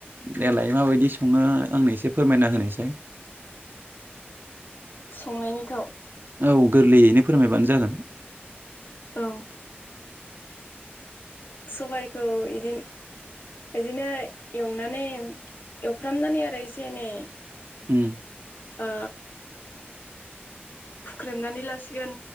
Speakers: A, on the right; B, on the left.
A: देलाय माबायदि सङो आंनो एसे फोरमायना होनायसाय।
B: संनायनिखौ
A: औ गोरलैयैनो फोरमायबानो जागोन।
B: औ सबायखौ इदि इदिनो एवनानै एवफ्रामनानै आरो एसे एनै
A: उम
B: ओ हुख्रेमनानै लासिगोन